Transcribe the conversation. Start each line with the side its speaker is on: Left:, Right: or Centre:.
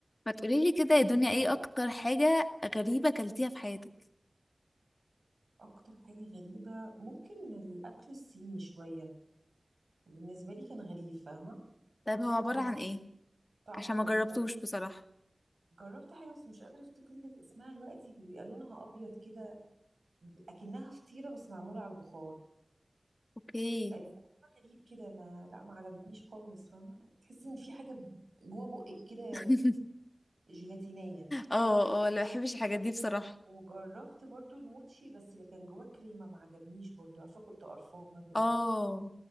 Left: ما تقولي لي كده يا دنيا ايه اكتر حاجة غريبة اكلتيها في حياتك
Right: اكتر حاجة غريبة ممكن الاكل الصيني شوية وبالنسبة لي كان غريب فاهمة
Left: طيب هو عبارة
Right: طعمه
Left: عن ايه
Right: طعمه
Left: عشان ما
Right: مختلف
Left: جربتوش بصراحة
Right: جربت حاجة بس مش قادرة افتكر لك اسمها دلوقتي بيبقى لونها ابيض كده اكنها فطيرة بس معمولة على البخار
Left: اوكي
Right: آه، طعمها غريب كده ما لا ما عجبتنيش خالص فاهمة تحسي ان في حاجة جوه بقك كده
Left: <laughs>
Right: جيلاتينية
Left: اه اه لا بحبش الحاجات دي بصراحة
Right: وجربت برضو الموتشي بس اللي كان جواه كريمة ما عجبنيش برضو عارفة كنت قرفانة كده
Left: اه